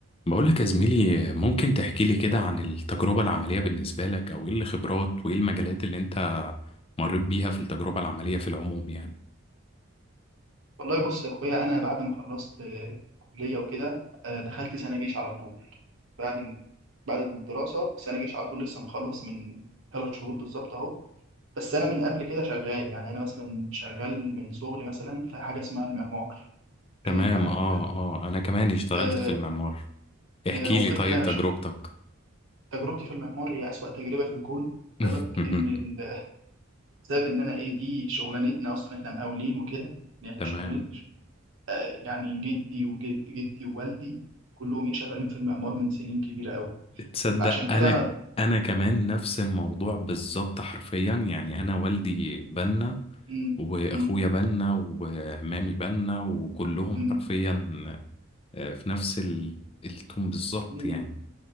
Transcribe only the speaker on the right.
والله بص يا اخويا انا بعد ما خلصت آه، كليه وكده آه، دخلت سنه جيش على طول بعد بعد الدراسه سنه جيش على طول لسه مخلص من ثلاث شهور بالظبط اهو بس انا من قبل كده شغال يعني انا مثلا شغال من صغري مثلا في حاجه اسمها المعمار
كده انت عارف
يعني
آه،
آه، وغير
كده انا
ش- تجربتي في المعمار هي اسوأ تجربه في الكون
بسبب ان ال- بسبب ان انا ايه دي شغلانتنا اصلا احنا مقاولين وكده ان احنا
شغلانه آه، يعني جدي وجد جدي ووالدي كلهم ايه شغالين في المعمار من سنين كبيرة قوي
فعشان كده
انا
مم،
مم،
مم،
مم.